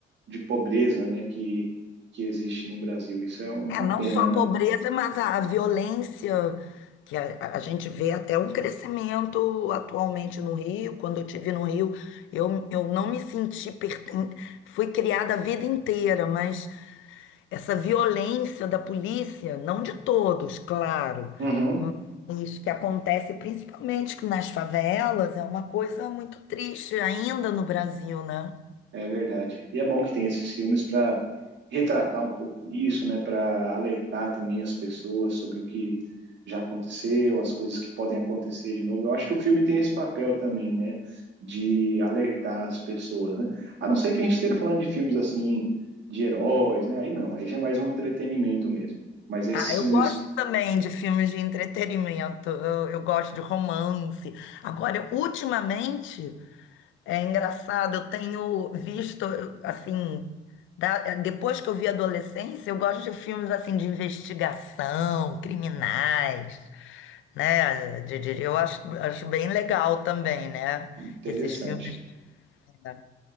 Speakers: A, on the right (about 65°); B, on the left (about 75°).
A: de pobreza, né? Que que existe no Brasil. Isso é uma
B: é não
A: pena,
B: só a
A: né?
B: pobreza, mas a, a violência, que a, a- a gente vê até um crescimento atualmente no Rio. Quando eu estive no Rio, eu, eu não me senti perten... Fui criada a vida inteira, mas essa violência da polícia, não de todos, claro,
A: Uhum.
B: Isso que acontece principalmente que nas favelas é uma coisa muito triste ainda no Brasil, né?
A: É verdade. E é bom que tem esses filmes para retratar um pouco isso, né? Para alertar também as pessoas sobre o que já aconteceu, as coisas que podem acontecer de novo. Eu acho que o filme tem esse papel também, né? De alertar as pessoas, né? A não ser que a gente esteja falando de filmes assim, de heróis, né? Aí não, aí já é mais um entretenimento mesmo. Mas esses
B: Ah, eu
A: filmes,
B: gosto também de filmes de entretenimento, eu, eu gosto de romance. Agora, ultimamente, é engraçado, eu tenho visto, eu, assim, da- depois que eu vi adolescência, eu gosto de filmes assim de investigação, criminais né? de- de- Eu acho, acho bem legal também, né?
A: interessante.
B: Esses filmes. é.